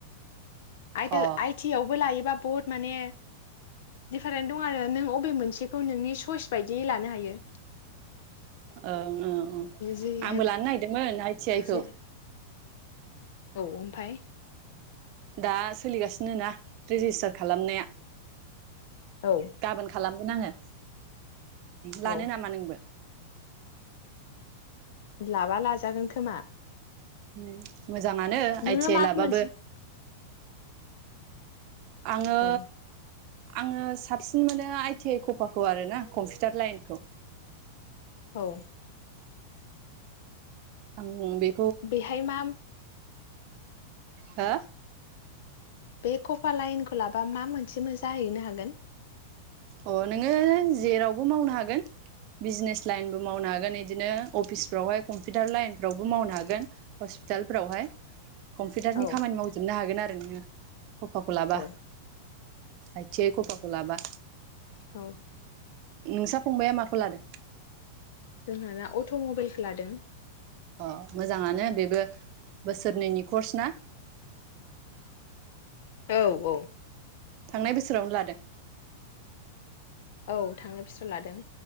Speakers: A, on the left; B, on the right.
A: आ
B: अ
A: आइ टि आवबो लायोबा बहुद माने डिफारेन्ट दं आरो नों अबे मोनसेखौ नोंनि सइस बायदियै लानो हायो।
B: औ ओं
A: जेरैहाय
B: आंबो लानो नागिरदोंमोन आइ टि आइ
A: जेरै
B: खौ
A: औ ओमफाय
B: दा सोलिगासिनो ना रेजिस्टार खालामनाया।
A: औ
B: गाबोन खालामगोन आङो। लानो
A: औ
B: नामा नोंबो?
A: लाबा लाजागोन खोमा।
B: <unintelligible> मोजाङानो
A: नोङो
B: आइ टि आइ
A: मा
B: लाबाबो।
A: मोनसे
B: आङो
A: औ
B: आङो साबसिन मोनो आइटि आइ कफाखौ आरो ना कम्पिउटार लाइन
A: औ
B: आं बे
A: बेहाय माम
B: हो
A: बे कफा लाइनखौ लाबा मा मोनसेबो जाहैनो हागोन?
B: अ नोङो जेरावबो मावनो हागोन बिजनेस लाइनबो मावनो हागोन इदिनो अफिसफ्रावहाय कम्पिउटार लाइनफ्रावबो मावनो हागोन हस्पितालफ्रावहाय। कम्पिउटार
A: औ
B: खामानि मावजोबनो हागोन आरो <inaudible> खफाखौ लाबा
A: औ
B: आथियै खफाखौ लाबा
A: औ
B: नोंसा फंबाइाया माखौ लादों?
A: जोंहाना अट' मबाइलखौ लादों।
B: अ मोजाङानो बेबो बोसोरनैनि कर्स ना?
A: औ औ
B: थांनाय बोसोरावनो लादों।
A: औ थांनाय बोसोराव लादों।